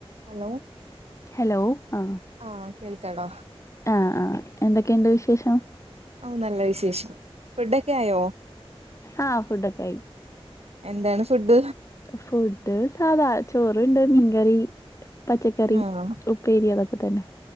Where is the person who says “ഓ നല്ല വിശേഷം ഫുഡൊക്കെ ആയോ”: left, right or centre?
Right